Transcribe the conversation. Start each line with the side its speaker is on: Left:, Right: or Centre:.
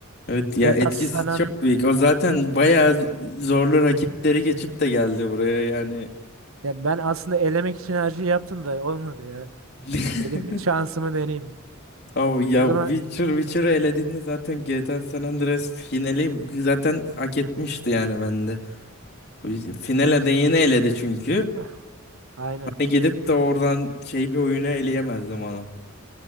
Left: evet ya
Right: GTA
Left: etkisi
Right: San
Left: çok
Right: An-
Left: büyük. O zaten bayağı
Right: Evet evet.
Left: zorlu rakipleri geçip de geldi buraya yani.
Right: Ya ben aslında elemek için her şeyi yaptım da olmadı ya.
Left: <laughs>
Right: Dedim bir şansımı deneyeyim.
Left: Abi ya
Right: O zaman
Left: Witcher Witcher'ı elediğinde zaten GTA San Andreas finali zaten hak etmişti yani bende. O yüzden- Finale
Right: o-
Left: de yine eledi çünkü.
Right: Ah, aynen.
Left: Hani gidip de oradan şey bir oyunu eleyemezdim onu.